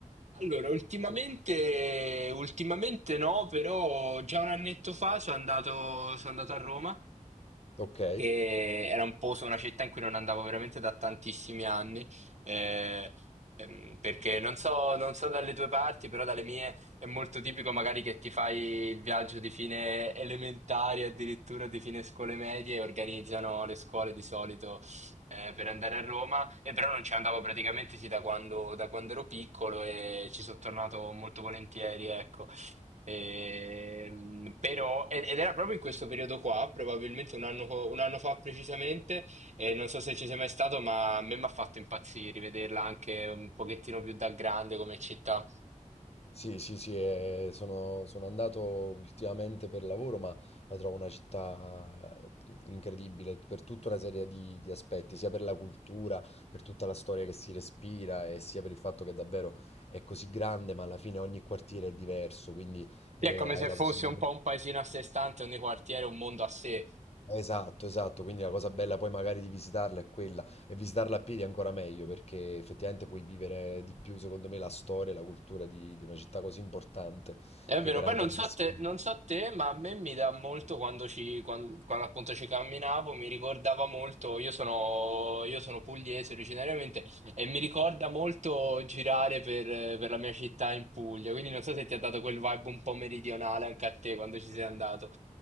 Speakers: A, on the right; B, on the left.
A: Allora, ultimamente, ultimamente no, però già un annetto fa sono andato, sono andato a Roma,
B: Ok.
A: che era un posto, una città in cui non andavo veramente da tantissimi anni, eh, ehm, perché non so, non so dalle tue parti, però dalle mie è molto tipico magari che ti fai il viaggio di fine elementare, addirittura di fine scuole medie, e organizzano le scuole di solito eh, per andare a Roma e però non ci andavo praticamente sì, da quando, da quando ero piccolo e ci sono tornato molto volentieri, ecco. Ehm, però, ed ed era proprio in questo periodo qua, probabilmente un anno, co- un anno fa precisamente, e non so se ci sei mai stato, ma a me mi ha fatto impazzire rivederla anche un pochettino più da grande come città.
B: Sì, sì, sì, eh, sono, sono andato ultimamente per lavoro, ma la trovo una città eh, incredibile per tutta una serie di, di aspetti, sia per la cultura, per tutta la storia che si respira e sia per il fatto che davvero è così grande, ma alla fine ogni quartiere è diverso, quindi
A: Sì,
B: eh,
A: È come
B: hai
A: se
B: la
A: fosse
B: possibilità.
A: un po' un paesino a sé stante, ogni quartiere un mondo a sé.
B: Esatto, esatto, quindi la cosa bella poi magari di visitarla è quella e visitarla a piedi è ancora meglio perché effettivamente puoi vivere di più, secondo me, la storia e la cultura di, di una città così importante
A: È
B: che
A: vero,
B: veramente...
A: poi non
B: è
A: so
B: una sfida.
A: te, non so te, ma a me mi dà molto quando, ci, quan- quando appunto ci camminavo, mi ricordava molto, io sono, io sono pugliese originariamente e mi ricorda molto girare per, per la mia città in Puglia, quindi non so se ti ha dato quel vibe un po' meridionale anche a te quando ci sei andato.